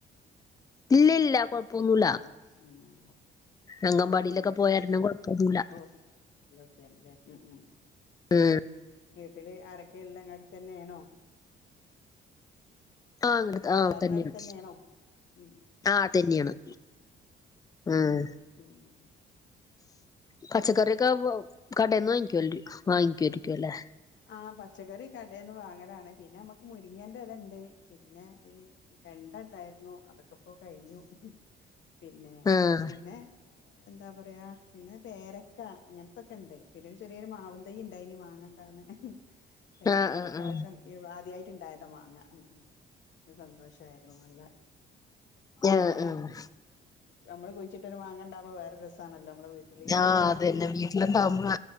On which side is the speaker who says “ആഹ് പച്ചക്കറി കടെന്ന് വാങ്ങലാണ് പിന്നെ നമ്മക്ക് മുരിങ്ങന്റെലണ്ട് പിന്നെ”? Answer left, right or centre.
Left